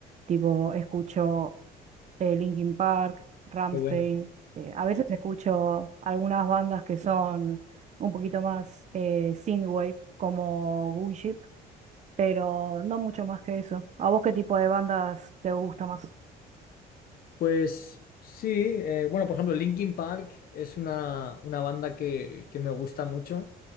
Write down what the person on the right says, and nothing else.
tipo escucho eh, Linkin Park, Rammstein,
eh, a veces escucho algunas bandas que son un poquito más eh, synthwave, como Gunship, pero no mucho más que eso. ¿A vos qué tipo de bandas te gusta más?